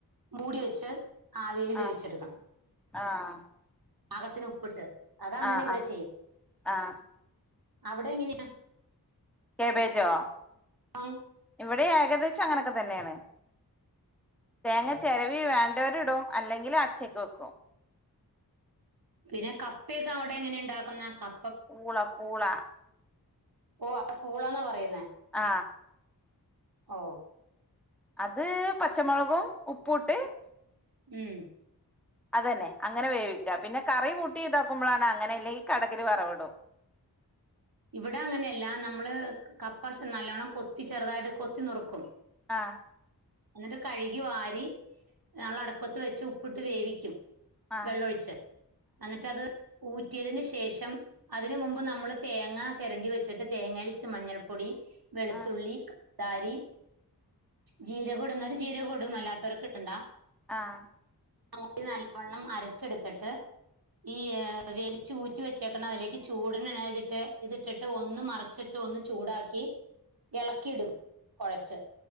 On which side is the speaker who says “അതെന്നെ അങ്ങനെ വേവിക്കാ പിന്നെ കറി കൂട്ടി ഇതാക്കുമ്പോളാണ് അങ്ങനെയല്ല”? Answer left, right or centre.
Centre